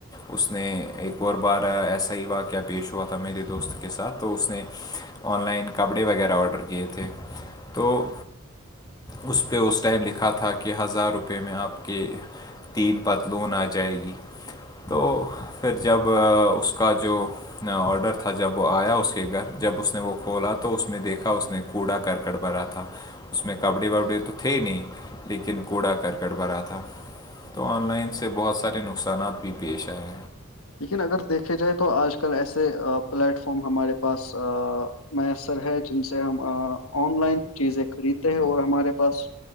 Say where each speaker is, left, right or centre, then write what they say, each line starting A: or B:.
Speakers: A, on the left; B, on the left.
A: اس نے ایک اور بار ایسا ہی واقعہ پیش ہوا تھا میرے دوست کے ساتھ تو اس نے آن لائن کپڑے وغیرہ آڈر کیے تھے تو اس پہ وہ ٹائم لکھا تھا کہ ہزار روپے میں اپ کے تین پتلون آ جائے گی تو پھر جب اس کا جو آڈر تھا تھا جب وہ آیا اس کے گھر جب اس نے وہ کھولا تو اس میں دیکھا اس نے کوڑا کرکٹ بھرا تھا اس میں کپڑے وپڑے تو تھے ہی نہیں لیکن کوڑا کرکٹ بھرا تھا تو آن لائن سے بہت سارے نقصانات بھی پیش آئے
B: لیکن اگر دیکھا جائے تو آج کل ایسے پلیٹ فارم ہمارے پاس میسر ہے جن سے ہم آن لائن چیزیں خرید اور ہمارے پاس